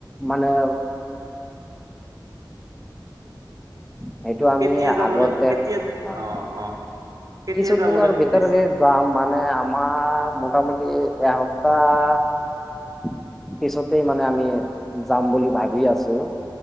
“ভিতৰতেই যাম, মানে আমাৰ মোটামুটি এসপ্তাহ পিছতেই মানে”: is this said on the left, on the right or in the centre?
Centre